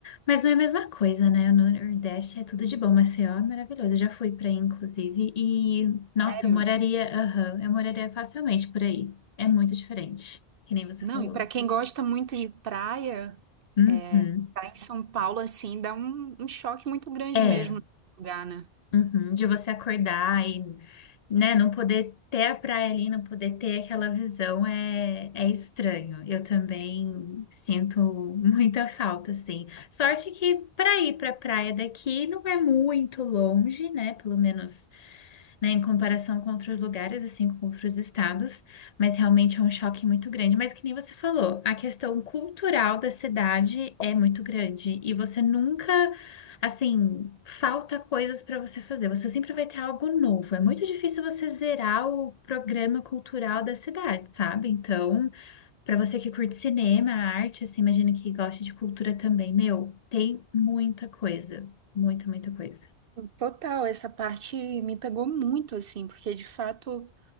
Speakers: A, on the left (about 45°); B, on the right (about 60°).
A: mas não é a mesma coisa, né? No Nordeste é tudo de bom, Maceió é maravilhoso. Eu já fui para aí, inclusive, e nossa,
B: Sério?
A: eu moraria, aham, eu moraria facilmente por aí. É muito diferente, que nem você
B: Não,
A: falou.
B: e para quem gosta muito de praia,
A: Uhum.
B: é, tá em São Paulo, assim, dá um, um choque muito grande
A: É.
B: mesmo nesse lugar, né?
A: Uhum, de você acordar e, né, não poder ter a praia ali, não poder ter aquela visão é, é estranho. Eu também sinto muita falta, assim. Sorte que para ir para a praia daqui não é muito longe, né? Pelo menos né, em comparação com outros lugares, assim, com outros estados, mas realmente é um choque muito grande. Mas que nem você falou, a questão cultural da cidade é muito grande e você nunca, assim, falta coisas para você fazer. Você sempre vai ter algo novo. É muito difícil você zerar o programa cultural da cidade, sabe? Então, para você que curte cinema, arte, assim, imagino que goste de cultura também, meu, tem muita coisa, muita, muita coisa.
B: Total, essa parte me pegou muito, assim, porque de fato